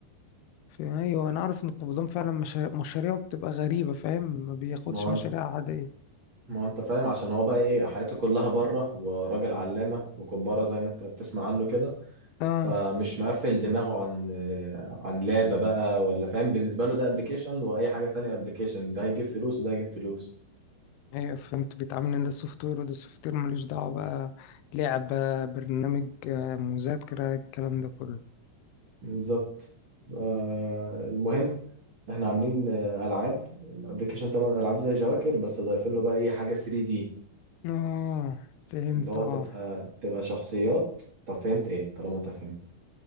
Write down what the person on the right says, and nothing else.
ما هو
انت-
ما هو انت فاهم عشان هو بقى ايه حياته كلها بره وراجل علامة وكبارة زي ما انت بتسمع عنه كده
فمش مقفل دماغه عن عن لعبة بقى ولا فاهم بالنسبة له ده ابلكيشن وأي حاجة تانية ابلكيشن ده هيجيب فلوس وده هيجيب فلوس
بالظبط آه المهم احنا عاملين آه، ألعاب الابلكيشن طبعا ألعاب زي جواكر بس ضايفين له بقى ايه حاجة 3 دي
اللي هو تبقى
تبقى شخصيات طب فهمت ايه طالما انت فهمت